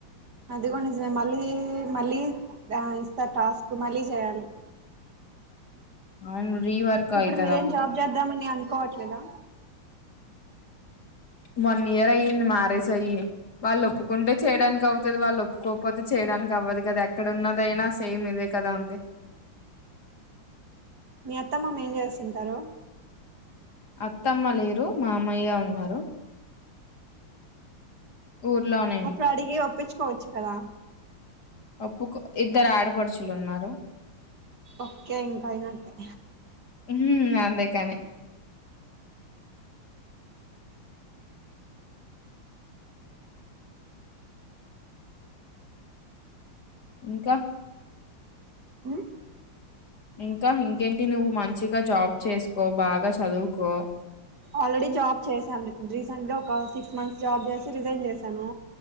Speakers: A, on the right; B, on the left.
A: అది కూడా మళ్ళీ మళ్ళీ ఇస్తారు టాస్క్ మళ్ళీ చేయాలి
B: అవును రీవర్క్
A: ఇప్పుడు
B: అయితది
A: మీరేం
B: అప్పుడు
A: జాబ్ చేద్దామని అ పోవట్లేదా
B: వన్ ఇయర్ అయ్యంది మ్యారేజ్ అయ్యి వాళ్ళు ఒప్పుకుంటే చేయడానికి అవుతుంది వాళ్ళు ఒప్పుకోకపోతే చేయడానికి అవ్వదు కదా ఎక్కడ ఉన్నదయినా సేమ్ ఇదే కదా ఉంది
A: మీ అత్తమ్మమ ఏం చేస్తుంటారు
B: అత్తమ్మ లేరు మా అమ్మయ్య ఉన్నారు ఊర్లోనే అంట
A: అప్పుడు అడిగే ఒప్పించుకోవచ్చు కదా
B: ఒప్పు ఇద్దరు ఆడపడుచులు ఉన్నారు
A: ఓకే ఇంకా అయినట్టే
B: ఉ అంతే కాని ఇంకా
A: ఉమ్
B: ఇంకా ఇంకేంటి నువ్వు మంచిగా జాబ్ చేసుకో బాగా చదువుకో
A: ఆల్రెడీ జాబ్ చేశాం రీసెంట్ గా ఒక సిక్స్ మంత్స్ జాబ్ చేసి రిజైన్ చేసి తను